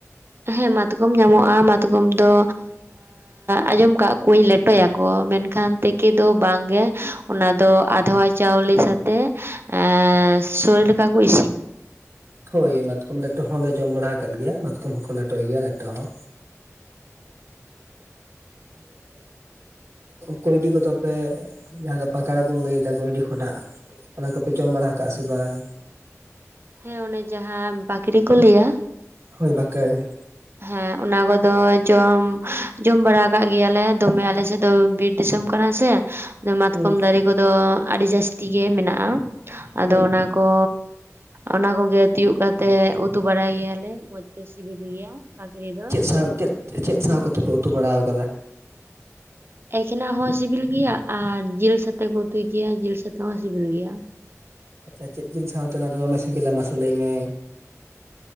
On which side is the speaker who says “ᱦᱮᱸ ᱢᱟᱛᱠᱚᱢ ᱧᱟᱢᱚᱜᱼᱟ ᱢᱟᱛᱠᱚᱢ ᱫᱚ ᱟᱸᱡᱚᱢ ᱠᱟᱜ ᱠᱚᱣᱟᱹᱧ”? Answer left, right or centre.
Right